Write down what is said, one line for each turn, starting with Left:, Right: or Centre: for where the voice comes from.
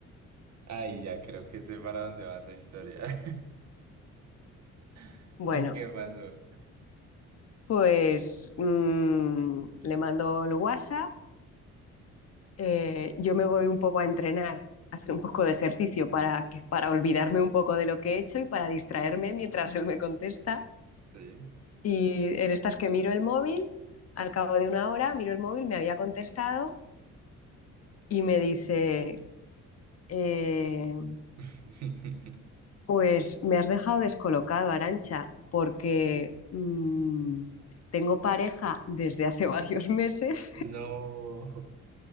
Right: Ay, ya creo que sé para dónde va esa historia. <laughs>
Left: Bueno,
Right: ¿Y qué pasó?
Left: pues mm, le mando el WhatsApp. eh, yo me voy un poco a entrenar, a hacer un poco de ejercicio para, que, para olvidarme un poco de lo que he hecho y para distraerme mientras él me contesta.
Right: Sí.
Left: Y en estas que miro el móvil, al cabo de una hora miro el móvil, me había contestado y me dice, eh,
Right: <laughs>
Left: Pues me has dejado descolocado, Arancha, porque mm, tengo pareja desde hace <laughs> varios meses
Right: No,